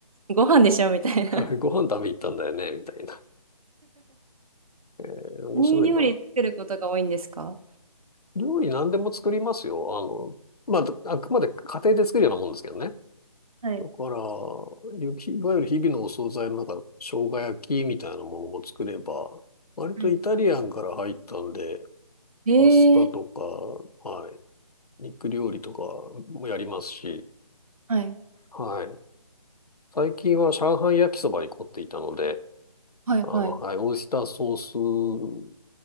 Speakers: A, on the right; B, on the left.
A: ご飯でしょみたいな。
B: <laughs> はいご飯食べ行ったんだよね、みたいな。えー面白いな。
A: 何料理作ることが多いんですか
B: 料理何でも作りますよ。あの、まあ、あくまで家庭で作るようなもんですけどね。
A: はい。
B: だから、ゆきいわゆる日々のお惣菜のなんか、生姜焼きみたいなものも作れば、割とイタリアンから入ったんで、
A: はい。えー
B: パスタとか、はい、肉料理とかもやりますし、
A: はい。
B: はい。最近は上海焼きそばに凝っていたので、
A: はいはい。
B: あの、はい、オイスターソース